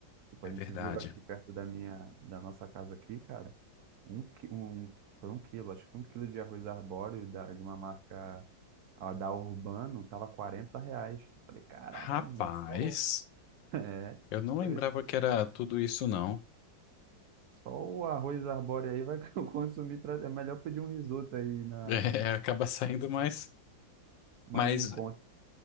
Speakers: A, on the right; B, on the left.
A: Tipo,
B: É
A: a gente
B: verdade.
A: viu aqui perto da minha, da nossa casa aqui, cara, um, qui- um, foi um quilo, acho que um quilo de arroz arbóreo da, de uma marca a da Urbano, tava 40 reais. Eu Falei, caraca,
B: Rapaz.
A: meu irmão, só... o-" <laughs> É,
B: Eu não lembrava
A: falei,
B: que era tudo isso, não.
A: Só o arroz arbóreo aí vai <laughs> consumir. Pra... É melhor pedir um risoto aí na...
B: <laughs> É, acaba saindo mais.
A: mais
B: Mas,
A: no encontro.